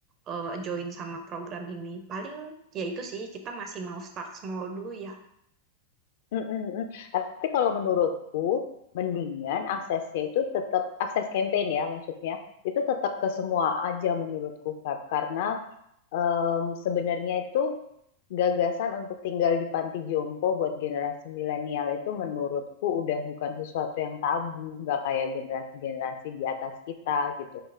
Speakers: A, on the right; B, on the left.
A: eh, join sama program ini. Paling ya itu sih kita masih mau start small dulu ya.
B: Mm-mm-mm. Tapi kalau menurutku, mendingan aksesnya itu tetap akses campaign ya maksudnya itu tetap ke semua aja menurutku Feb karena em, sebenarnya itu gagasan untuk tinggal di panti jompo buat generasi milenial itu menurutku udah bukan sesuatu yang tabu nggak kayak generasi-generasi di atas kita gitu